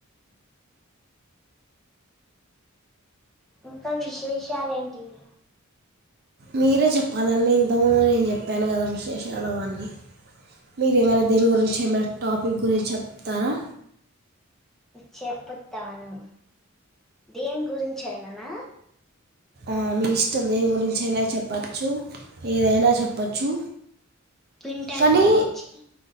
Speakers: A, in the centre; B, on the right.
A: ఇంకా విశేషాలేంటివి?
B: మీరే చెప్పాలండి, ఇంతముందు నేను చెప్పాను కదా విశేష అవన్నీ మీరు ఏమైనా దేని గురించి ఏమైనా టాపిక్ గురించి చెప్తారా?
A: చెపుతాను, దేని గురించి అయిననా?
B: ఆ మీ ఇష్టం దేని గురించి అయినా చెప్పచ్చు, ఏదైనా చెప్పచ్చు.
A: వింటర్
B: కనీ
A: గురించి